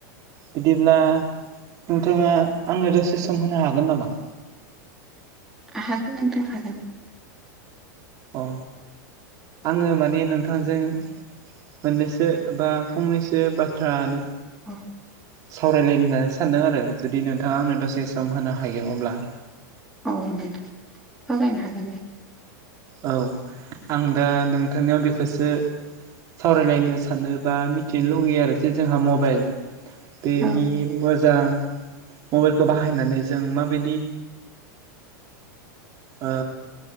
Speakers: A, on the right; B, in the centre.
A: बिदिब्ला नोंथाङा आंनो दसे सम होनो हागोन नामा?
B: हागोन नोंथां हागोन।
A: अ आङो माने नोंथांजों मोननैसो बा फंनैसो बाथ्रानि
B: औ
A: सावरायलायनो होननानै सानदों आरो जुदि नोंथाङा आंनो दसे सम होनो हायो अब्ला।
B: अ नोंथां सावरायनो हागोन दे।
A: औ आं दा नोंथांनियाव बेखौसो सावरायलायनो सानोबा मिथिनो लुगैयो आरो जे जोंहा मबाइल बेनि
B: औ
A: मोजां मबाइलखौ बाहायनानै जों माबायदि ओ